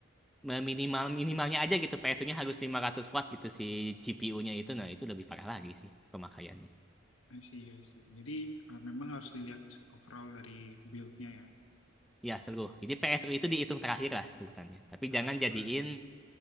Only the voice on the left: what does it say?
I see, I see. Jadi eh, memang harus dilihat overall dari build-nya ya.
Nah,
setelah